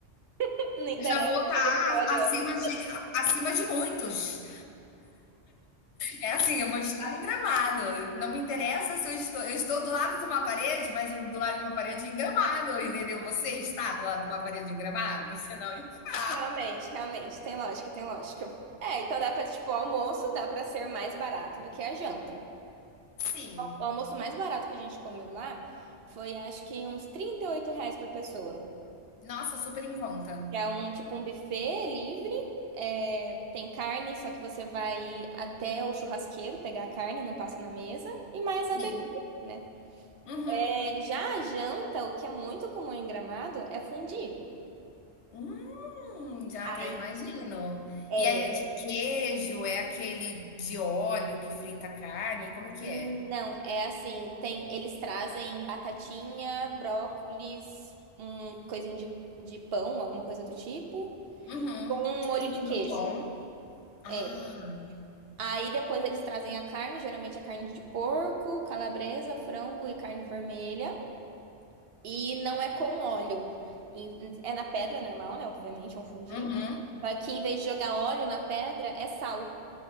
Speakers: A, on the right; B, on the left.
A: <laughs> Não interessa
B: Eu já vou estar
A: pra onde eu vou estar
B: acima de, acima de muitos. É assim, eu vou estar em Gramado. Não me interessa se eu estou, eu estou do lado de uma parede, mas do lado de uma parede em Gramado, entendeu? Você está do lado de uma parede em Gramado? Você não está.
A: Realmente, realmente, tem lógica, tem lógica. É, então dá pra, tipo, o almoço dá pra ser mais barato do que a janta.
B: Sim.
A: O almoço mais barato que a gente comeu lá foi, acho que, uns 38 reais por pessoa.
B: Nossa, super em conta.
A: Que é um, tipo, um buffet livre, é, tem carne, só que você vai até o churrasqueiro pegar a carne, não passa na mesa, e mais a
B: Sim.
A: bebida, né?
B: Uhum.
A: É, já a janta, o que é muito comum em Gramado, é fondue.
B: Hum, já
A: Aí
B: até imagino.
A: é,
B: E aí é de queijo? É aquele de óleo que frita a carne? Como que
A: Hum,
B: é?
A: Não, é assim, tem, eles trazem batatinha, brócolis, um coisinho de, de pão, alguma coisa do tipo,
B: Uhum,
A: com um
B: tipo
A: molho
B: um
A: de queijo.
B: crouton. Ah,
A: É. Aí depois eles trazem a carne, geralmente a carne de porco, calabresa, frango e carne vermelha. E não é com óleo. E- É na pedra normal, né? Obviamente, é um fundi.
B: uhum.
A: Só que em vez de jogar óleo na pedra, é sal.